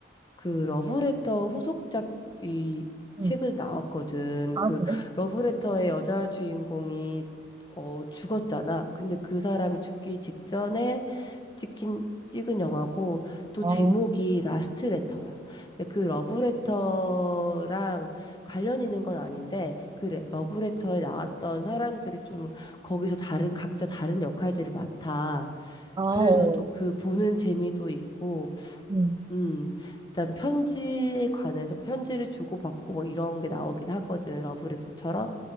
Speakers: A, on the left; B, on the right.
A: 그 러브레터 후속작 이
B: 응.
A: 책을 나왔거든.
B: 아,
A: 그
B: 그래?
A: 러브레터의 여자 주인공이 어 죽었잖아. 근데 그 사람이 죽기 직전에 찍힌 찍은 영화고 또
B: 아,
A: 제목이 라스트 레터야. 근데 그 러브레터랑 관련 있는 건 아닌데 그 레- 러브레터에 나왔던 사람들이 좀 거기서 다른 각자 다른 역할들을 맡아.
B: 아, 어.
A: 그래서 또 그 보는 재미도 있고
B: 응.
A: 음, 일단 편지에 관해서 편지를 주고받고 뭐 이런 게 나오긴 하거든. 러브레터처럼.